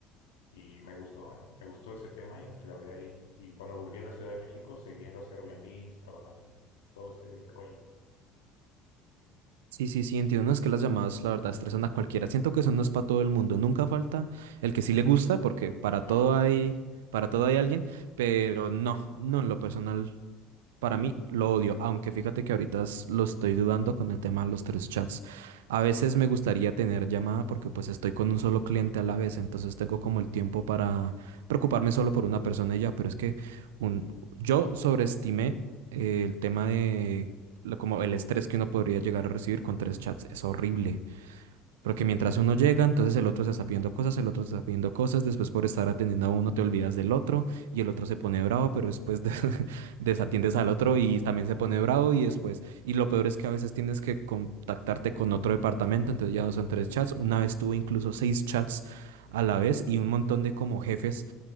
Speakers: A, on the left (about 80°); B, on the right (about 80°).
A: y me gustó, ¿eh? Me gustó ese tema y me clavé ahí. Y cuando volví a la Ciudad de México, seguí en los Airbnbs trabajando en todo ese rollo.
B: Sí, sí, sí, entiendo. No es que las llamadas, la verdad, estresan a cualquiera. Siento que eso no es para todo el mundo. Nunca
A: Ujú.
B: falta el que sí le gusta, porque para
A: Ajá.
B: todo hay, para todo hay alguien, pero no, no en lo personal. Para mí lo odio, aunque fíjate que ahorita es- lo estoy dudando con el tema de los tres chats. A veces me gustaría tener llamada porque pues estoy con un solo cliente a la vez, entonces tengo como el tiempo para preocuparme solo por una persona y ya, pero es que un, yo sobreestimé eh, el tema de lo- como el estrés que uno podría llegar a recibir con tres chats. Es horrible. Porque mientras uno llega, entonces el otro se está pidiendo cosas, el otro se está pidiendo cosas, después por estar atendiendo a uno te olvidas del otro y el otro se pone bravo, pero después de- <laughs> desatiendes al otro y también se pone bravo y después, y lo peor es que a veces tienes que contactarte con otro departamento, entonces ya no son tres chats, una vez tuve incluso seis chats
A: Ujú.
B: a la vez y un montón de como jefes,